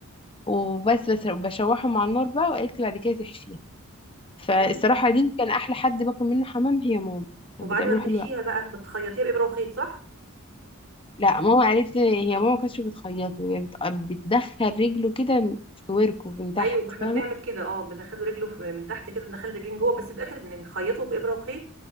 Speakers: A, on the left (about 25°); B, on the right (about 65°).
A: وبس بس بشوحه مع النار بقى وقالت لي بعد كده تحشيه فالصراحه
B: يعني انت
A: دي كان احلى حد باكل منه حمام هي ماما
B: وبعد
A: كانت بتعمله
B: ما بتحشيها
A: حلو أوي.
B: بقى بتخيطيها بابره وخيط صح
A: لا ماما قالت لي هي ماما ما كانتش بتخيطه هي بت- بتدخل رجله كده في وركه من تحت
B: ايوه ما احنا
A: فاهمه
B: بنعمل كده اه بندخله رجله في- من تحت كده بندخل رجلين جوه بس في الاخر بنخيطه بابره وخيط